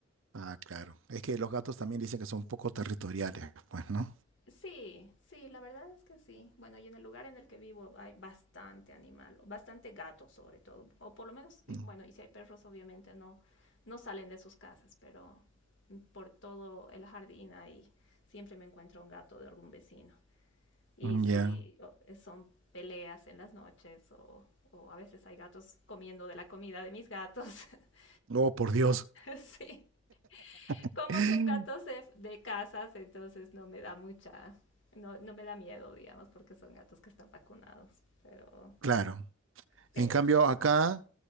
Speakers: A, on the right; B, on the left.
A: Ah, claro. Es que los gatos también dicen que son un poco territoriales, pues, ¿no?
B: Sí, sí, la verdad es que sí. Bueno, y en el lugar en el que vivo hay bastante animal, bastante gato sobre todo, o por lo menos, sí,
A: Mm.
B: bueno, y si hay perros obviamente no, no salen de sus casas, pero por todo el jardín ahí siempre me encuentro un gato de algún vecino. Y
A: Mm,
B: si
A: Ya.
B: o- eh, son peleas en las noches o, o a veces hay gatos comiendo de la comida de mis gatos. <laughs>
A: Oh, por Dios.
B: Sí,
A: <laughs>
B: como son gatos de, de casas, entonces no me da mucha, no, no me da miedo, digamos, porque son gatos que están vacunados. Pero,
A: Claro.
B: pero
A: En cambio,
B: sí.
A: acá,